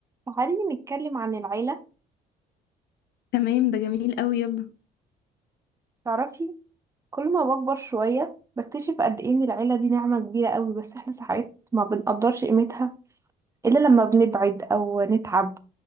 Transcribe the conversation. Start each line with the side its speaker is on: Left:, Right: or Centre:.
Right: تعالي نتكلم عن العيلة
Left: تمام ده جميل قوي يلا
Right: تعرفي كل ما بكبر شوية بكتشف قد ايه ان العيلة دي نعمة كبيرة قوي بس احنا ساعات ما بنقدرش قيمتها الا لما بنبعد او نتعب